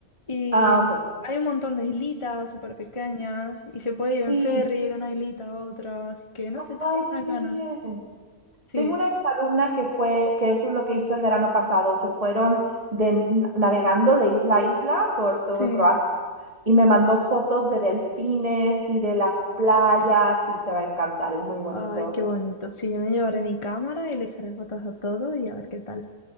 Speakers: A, on the left (about 20°); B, on the right (about 25°).
A: Y
B: Ah, ok.
A: hay un montón de islitas súper pequeñas y se puede
B: Sí.
A: ir en ferry de una islita a otra, así que no sé, tengo
B: Ay,
A: muchas
B: qué
A: ganas.
B: bien.
A: Sí,
B: Tengo una exalumna que fue, que eso es lo que hizo el verano pasado. Se fueron de, navegando de isla a isla por todo
A: sí.
B: Croacia y me mandó fotos de delfines y de las playas y te va a encantar, es muy bonito.
A: Ay, qué bonito. Sí, yo me llevaré mi cámara y le echaré fotos a todo y a ver qué tal.